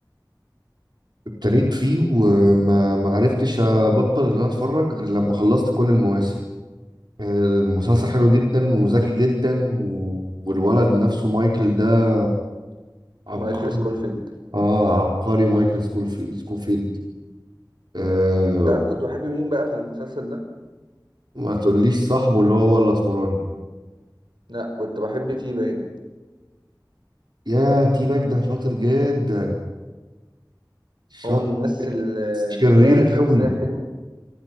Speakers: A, on the right; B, on the right.
A: ابتديت فيه وما ما عرفتش أبطل إن أنا أتفرج غير لما خلصت كل المواسم آه، المسلسل حلو جدا وذكي جدا و... والولد نفسه مايكل ده عبقري
B: مايكل سكولفيلد
A: اه عبقري مايكل سكولفيلد سكوفيلد آه
B: انت عارف كنت بحب مين بقى في المسلسل ده
A: ما تقوليش صاحبه اللي هو الاسمراني
B: لا كنت بحب تي باج
A: يا تي باك ده شاطر جدا شاطر
B: هو الممثل آه،
A: شرير
B: لعب الشخصية
A: قوي
B: حلوة